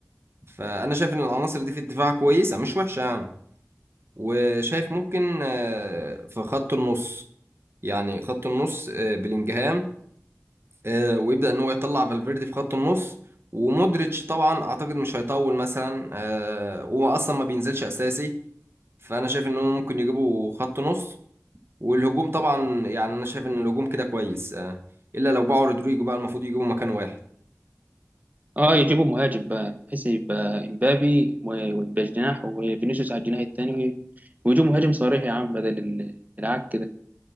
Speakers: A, on the right; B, on the right.
A: فأنا شايف إن العناصر دي في الدفاع كويسة مش وحشة يعني وشايف ممكن آه، في خط النص يعني خط النص آه، بلينجهام آه، ويبدأ ان هو يطلع فالفيردي في خط النص ومودريتش طبعا اعتقد مش هيطول مثلا آه، هو اصلا ما بينزلش اساسي فانا شايف ان هم ممكن يجيبوا خط نص والهجوم طبعا يعني انا شايف ان الهجوم كده كويس آه، الا لو باعوا رودريجو بقى المفروض يجيبوا مكان واحد
B: اه يجيبوا مهاجم بقى بحيث يبقى امبابي و- ويبقى جناح وفينيسيوس على الجناح التاني ويجيبوا مهاجم صريح يا عم بدل ال- العك ده